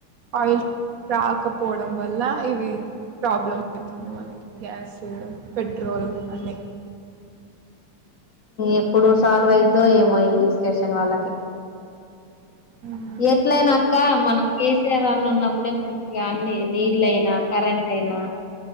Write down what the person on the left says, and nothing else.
ఎప్పుడు సాల్వ్ అయిద్దో ఏమో డిస్కషన్ వాళ్ళకి
ఎట్లయినాక మనం కేసీఆర్ అన్నున్నప్పుడే మంచిగా అన్ని నీళ్లయినా కరెంట్ అయినా